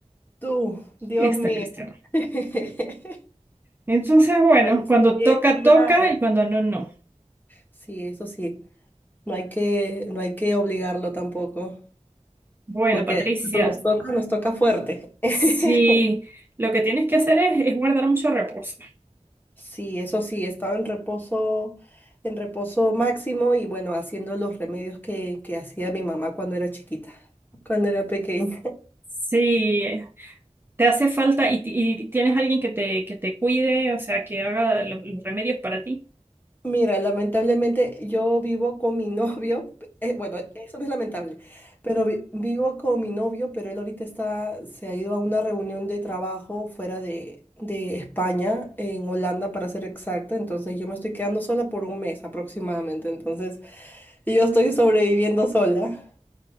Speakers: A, on the left (about 15°); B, on the right (about 20°).
A: Tú, Dios
B: Esta
A: mío.
B: Cristiana.
A: <laughs>
B: Entonces, bueno,
A: Saliste
B: cuando
A: bien
B: toca,
A: librada.
B: toca y cuando no, no.
A: Sí, eso sí. No hay que, no hay que obligarlo tampoco.
B: Bueno,
A: Porque
B: Patricia,
A: de ahí cuando nos toca, nos toca fuerte. <laughs>
B: si lo que tienes que hacer es, es guardar mucho reposo.
A: Sí, eso sí, estaba en reposo, en reposo máximo y bueno, haciendo los remedios que, que hacía mi mamá cuando era chiquita, cuando era pequeña.
B: Si te hace falta y, y tienes alguien que te, que te cuide, o sea, que haga lo- los remedios para ti.
A: Mira, lamentablemente yo vivo con mi novio, <laughs> eh, bueno, eso no es lamentable, pero vi- vivo con mi novio, pero él ahorita está, se ha ido a una reunión de trabajo fuera de, de España, en Holanda para ser exacta, entonces yo me estoy quedando sola por un mes aproximadamente, entonces yo estoy sobreviviendo sola.